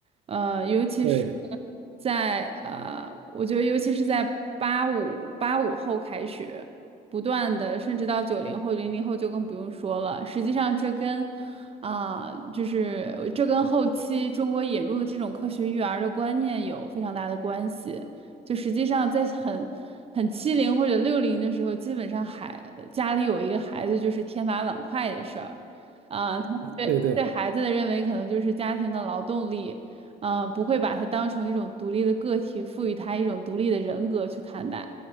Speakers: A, on the right; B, on the right.
A: 呃，尤其是
B: 对
A: 在呃，我觉得尤其是在八五八五后开始。不断的，甚至到九零后、零零后就更不用说了。实际上，这跟啊、就是这跟后期中国引入的这种科学育儿的观念有非常大的关系。就实际上，在很很七零或者六零的时候，基本上孩家里有一个孩子就是天马碗筷的事儿，啊、他们对对孩子的认为可能就是家庭的劳动力，
B: 对对，
A: 嗯、不会把他当成一种独立的个体，赋予他一种独立的人格去看待。